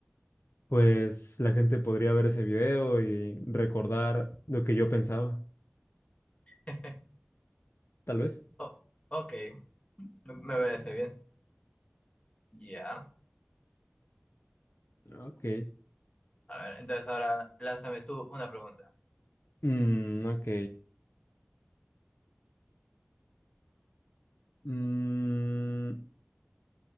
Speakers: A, on the left; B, on the left.
A: pues la gente podría ver ese video y recordar lo que yo pensaba,
B: <laughs>
A: tal vez.
B: Oh, ok. Me, me parece bien. Ya.
A: Ok.
B: A ver, entonces ahora lánzame tú una pregunta.
A: Mm, ok. Mm,